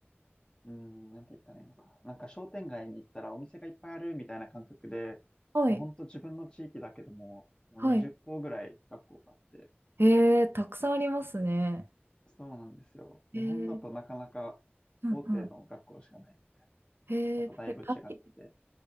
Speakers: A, on the left (about 20°); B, on the right (about 65°).
A: うん、なんて言ったらいいのかな。なんか商店街に行ったらお店がいっぱいあるみたいな感覚で、
B: はい。
A: もうほんと自分の地域だけでも、もう20校ぐらい学校があって、
B: はい。へえ。たくさんありますね。
A: そうなんですよ。日本だとなかなか大手の学校しかないみたい
B: へえ。うんうん。へえ。
A: な。あとだいぶ違ってて。
B: え、パイ、